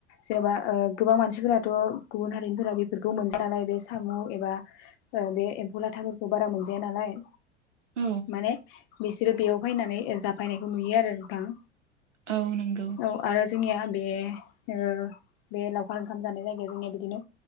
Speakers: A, on the left (about 45°); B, on the right (about 85°).
A: जेनेबा गोबां मानसिफोराथ' गुबुन हारिनिफोरा बेफोरखौ मोनजाया नालाय, बे साम' एबा बे एम्फौ लाथाफोरखौ बारा मोनजाया नालाय
B: औ
A: माने बिसोरो बेयाव फैनानै जाफैनायखौ नुयो आरो नोंथां।
B: औ नोंगौ।
A: औ आरो जोंनिया बे ओ बे लाव ओंखाम जानाय जायगायाव जोंनिया बिदिनो,